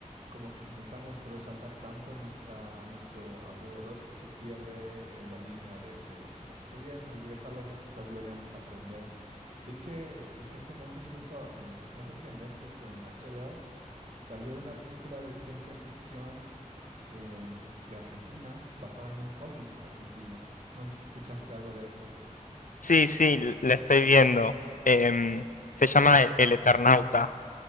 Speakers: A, on the right; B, on the left.
A: como que intentamos resaltar tanto nuestra, nuestro alrededor que se pierde eh, la línea de, de lo que está sucediendo y es algo que quizás deberíamos aprender. Vi que recientemente incluso en, no sé si en Netflix o en HBO, salió una película de ciencia ficción eh, de Argentina basada en un cómic argentino. No sé si escuchaste algo de eso.
B: Sí, sí, l- la estoy viendo. Em, se llama El, El Eternauta